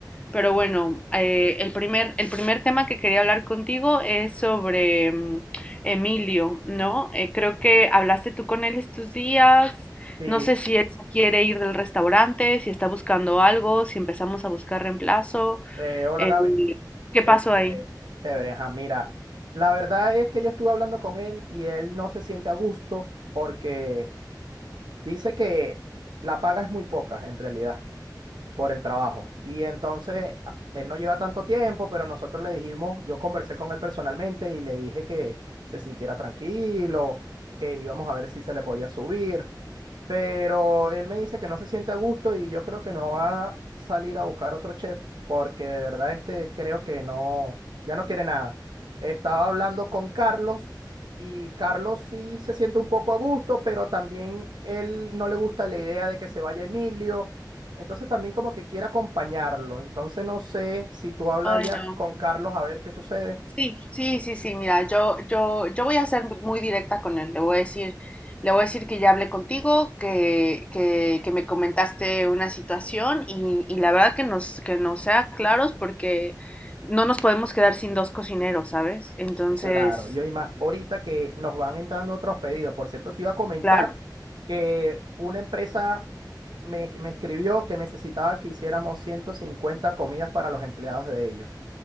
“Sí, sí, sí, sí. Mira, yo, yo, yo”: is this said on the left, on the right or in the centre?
Left